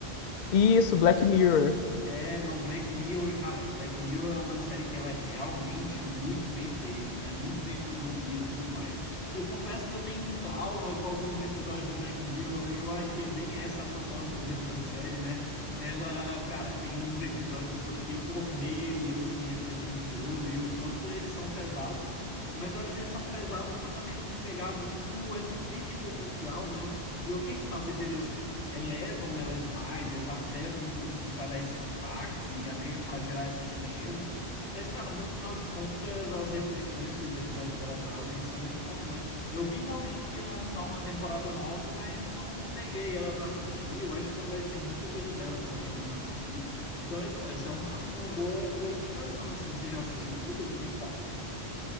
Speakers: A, on the left; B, on the left.
A: Isso, Black Mirror.
B: É, não, Black Mirror, cara, Black Mirror é uma série que ela é realmente muito bem feita, né? Muito bem produzida e tudo mais. Eu confesso que eu tenho um trauma com alguns episódios de Black Mirror, e eu acho que é bem essa a proposta mesmo da série, né? Ela, cara, tem uns episódios que eu fiquei por meses assim refletindo sobre o quanto eles são pesados, mas eu acho que eles são pesados exatamente por pegar muito essa crítica social, né? E o que que talvez eles elevam elas demais, exacerbam um pouco assim para dar esse impacto e até para gerar essa estranheza. Mas, cara, no final de contas, as reflexões que os episódios dela trazem são muito bons, né? Eu vi realmente que ia lançar uma temporada nova, mas não peguei ela para assistir. Eu acho que, na verdade, tem muita coisa dela que eu ainda não assisti. Então, pô, essa é uma, uma boa, boa indicação, assim. Você já assistiu tudo? Como é que tá?